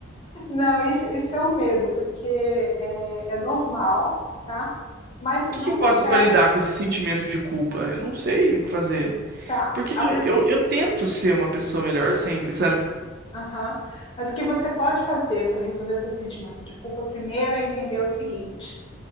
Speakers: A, on the left; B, on the right.
A: Não, isso, isso é um medo, porque é, é normal, tá? Mas se
B: O
A: não
B: que que eu
A: der
B: faço
A: certo,
B: pra lidar com esse sentimento de culpa? Eu não sei o que fazer.
A: tá?
B: Porque
A: A prim...
B: eu, eu tento ser uma pessoa melhor sempre, sabe?
A: Aham. Mas o que você pode fazer para resolver o seu sentimento de culpa primeiro é entender o seguinte: